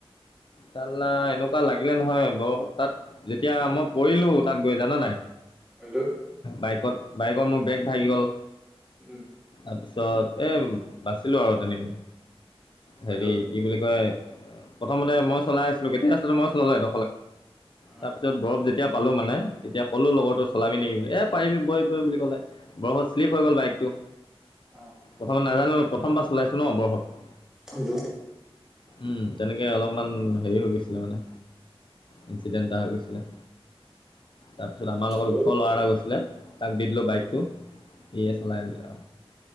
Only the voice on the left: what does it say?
চালা এনেকুৱা লাগিলে নহয় বৰ তাত যেতিয়া মই পৰিলো তাত গৈ জানা নাই
বাইকত - বাইকৰ মোৰ বেগ ভাগি গ'ল।
তাৰপিছত এ বাচিলো আৰু তেনেকে।
হেৰি কি বুলি কয় প্ৰথমতে মই চলাই আছিলো, কেতিয়া আছিল মই চলালো <inaudible>
তাৰপিছত বৰফ যেতিয়া পালো মানে তেতিয়া কলো লগৰটো
চলাবি নেকি এ' পাৰিবি বৈ- বৈ বুলি ক'লে বৰফত শ্লিপ
হৈ গ'ল বাইকটো
প্ৰথমত নাজানো। প্ৰথমবাৰ চলাইছোঁ ন বৰফত।
উম তেনেকে অলপমান হেৰি হৈ গৈছিলে মানে ইনঞ্চিডেণ্ট এটা হৈ গৈছিলে। তাৰপিছত আমাৰ লগত
ওখ ল'ৰা এটা গৈছিলে তাক দি দিলো বাইকটো। ই চলাইন দিল